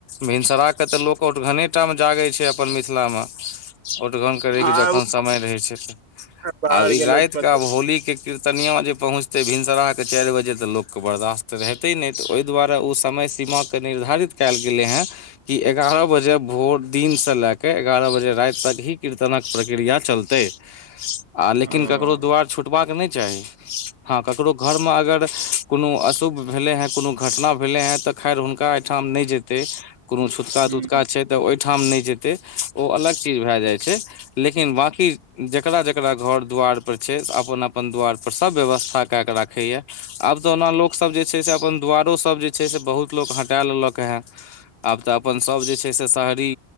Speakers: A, on the left (about 65°); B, on the right (about 55°).
A: भिनसरााके तऽ लोक आओर घने टाम जागय छय अप्पन मिथिलामे। ओठगन करय के
B: आ
A: जखन
B: उ
A: समय रहै छै त।
B: बाहर
A: आब ई
B: गेलौ
A: राइत
B: तऽ
A: क
B: पतो
A: आब होली के कीर्तनिया जे पहुँच। भिनसरा के चारि बजे तऽ लोक क बर्दाश्त रहेते नहि तऽ ओहि दुआरे ओ समय सीमा के। निर्धारित कएल गेलै हेँ। कि एगारह बजे भोर दिनसँ लए कऽ एगारह बजे राति तक ही कीर्तनक प्रक्रिया चलतय। आ लेकिन
B: ओ
A: ककरो दुआर छुटबाक नहि चाही हँ ककरो घर म अगर। कुनो अशुभ भेलै हेँ कूनो घटना भेलै हेँ तऽ खैर हुनका एहिठाम नहि जेतय। कोनो छूतका
B: हूँ
A: तुतका छय त ओहिठाम नय जेतय ओ अलग चीज भए जाइ छय। लेकिन बाँकी जेकरा जकरा घर दुआार। पर छै से अप्पन अप्पन द्वार पर सब व्यवस्था कए के राखय या आब तऽ ओना लोक सब जे। छय अपन दरो सब जे छय से बहुत लोक ह छै। टा लेलक हे आब तऽ अपन सभ जे छय से शहरी।